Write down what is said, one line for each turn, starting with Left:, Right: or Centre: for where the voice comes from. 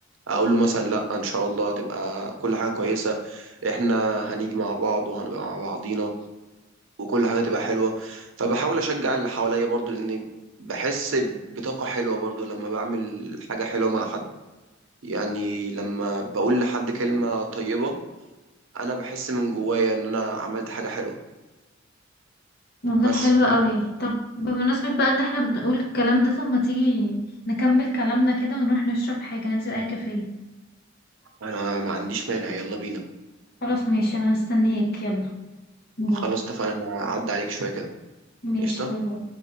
Right: أقول له مثلا لأ إن شاء الله هتبقى كل حاجة كويسة إحنا هنيجي مع بعض وهنبقى مع بعضينا وكل حاجة تبقى حلوة فبحاول أشجع اللي حواليا برضو لأن بحس بطاقة حلوة برضو لما بعمل حاجة حلوة مع حد يعني لما بقول لحد كلمة طيبة أنا بحس من جوايا إن أنا عملت حاجة حلوة
Left: والله
Right: بس
Left: حلو قوي طب بمناسبة بقى ان احنا بنقول الكلام ده طب ما تيجي نكمل كلامنا كده ونروح نشرب حاجة ننزل اي كافيه
Right: انا ما عنديش مانع يلا بينا
Left: خلاص ماشي انا هستنيك يلا باي
Right: خلاص اتفقنا انا هعدي عليك شويه كده
Left: ماشي
Right: قشطه
Left: باي باي